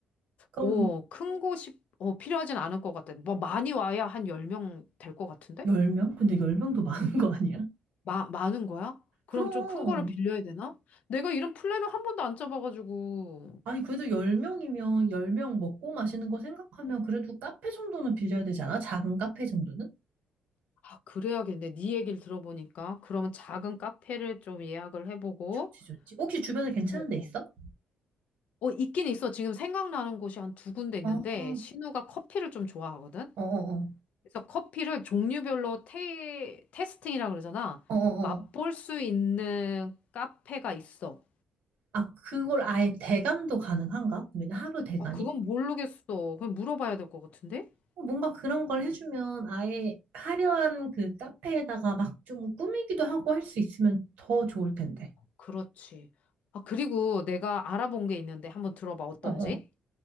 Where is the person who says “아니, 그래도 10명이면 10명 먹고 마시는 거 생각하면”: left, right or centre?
Right